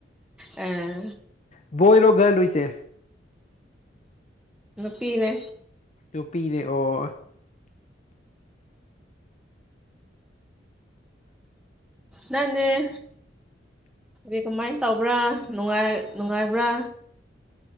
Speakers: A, in the centre; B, on the left.
A: ꯑꯥ
B: ꯕꯣꯏꯔꯣ ꯘ ꯂꯨꯏꯁꯦ
A: ꯄꯤꯤꯅꯦ
B: ꯇꯄꯤꯤꯅꯦ ꯑꯣ
A: ꯅꯪꯅꯦꯦ ꯑ ꯀꯃꯥꯏꯅ ꯇꯧꯕ꯭ꯔꯥ ꯅꯨꯡꯉꯥꯏꯕ꯭ꯔꯥ